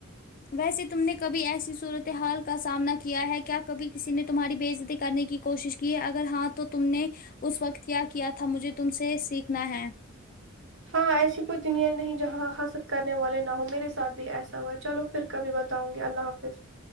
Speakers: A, on the left; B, on the right.
A: ویسے تم نے کبھی ایسی صورتحال کا سامنا کیا ہے کیا کبھی کسی نے تمہاری بےعزتی کرنے کی کوشش کہ اگر ہاں تو تم نے اس وقت کیا کیا تھا مجھے تم سے سیکھنا ہے
B: ہاں ایسی کوئی دنیا نہیں جہاں حسد کرنے والے نہ ہوں میرے ساتھ بھی ایسا ہو ہے چلو پھر کبھی بتاؤں گی اللہ حافظ